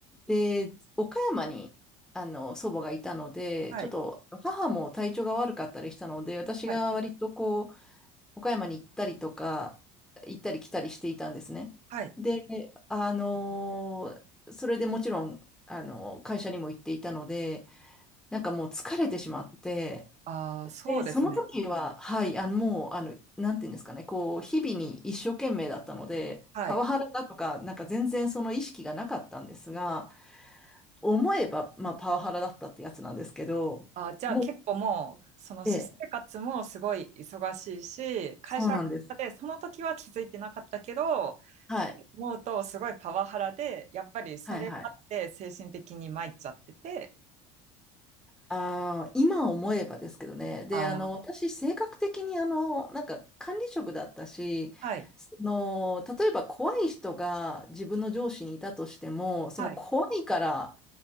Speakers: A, in the centre; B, on the right.
A: で、岡山に、あの、祖母がいたので、
B: はい、
A: ちょっと母も体調が悪かったりしたので、私が割とこう、
B: はい、
A: 岡山に行ったりとか、行ったり来たりしていたんですね。
B: はい。
A: で、あのーそれでもちろん、あのー会社にも行っていたので、なんかもう疲れてしまって、
B: ああ、そうですね。
A: で、その時は、はい、あの、もう、あの、なんていうんですかね、こう、日々に一生懸命だったので、
B: はい、
A: パワハラだとか、なんか全然その意識がなかったんですが、思えば、まあ、パワハラだったってやつなんですけど、
B: あー、じゃあ結構もう、
A: もう、
B: その私生活もすごい忙しいし、
A: ええ、
B: 会社でその時は気づいてなかったけど、
A: そうなんです。はい、
B: 今思うとすごいパワハラで、やっぱりそれがあって精神的に参っちゃってて、
A: はい、はい。ああ、今思えばですけどね。で、
B: ああ、
A: あの、私、性格的に、あの、なんか、管理職だったし、
B: はい、
A: その、例えば怖い人が自分の上司にいたとしても、その怖いから
B: はい、